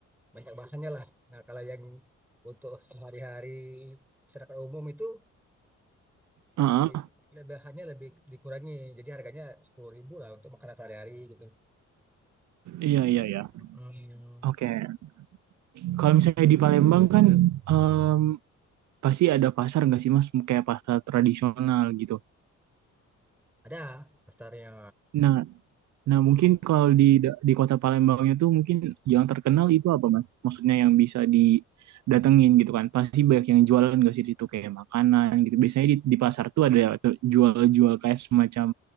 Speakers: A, in the centre; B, on the right (about 65°).
A: banyak bahannya lah. Nah, kalau yang untuk sehari-hari masyarakat umum itu
B: ah,
A: eh, le- bahannya lebih dikurangi. Jadi harganya sepuluh ribu lah untuk makanan sehari-hari gitu.
B: iya iya iya,
A: Mm-mm.
B: oke. Kalau misalnya di Palembang kan em, pasti ada pasar nggak sih Mas? Kayak pasar tradisional gitu.
A: Ada pasarnya.
B: Nah, Nah,
A: Mm-mm.
B: mungkin kalau di da- di kota Palembangnya tuh mungkin yang terkenal itu apa, Mas? Maksudnya yang bisa didatengin gitu kan. Pasti banyak yang jualan gak sih di situ kayak makanan gitu. Biasanya di, di pasar tuh ada tuh jual-jual kayak semacam